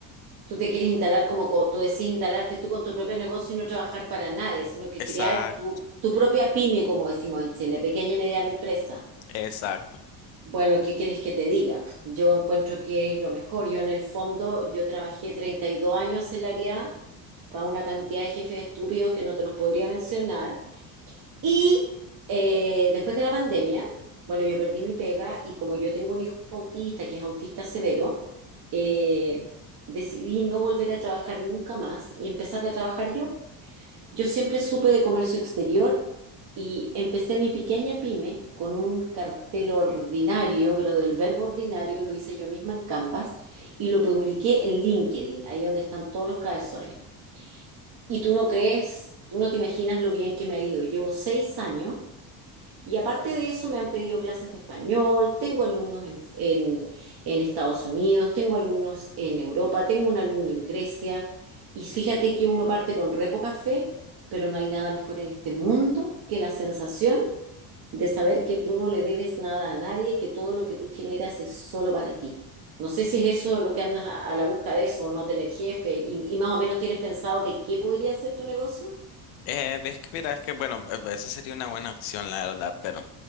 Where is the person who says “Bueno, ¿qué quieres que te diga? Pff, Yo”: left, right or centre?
Right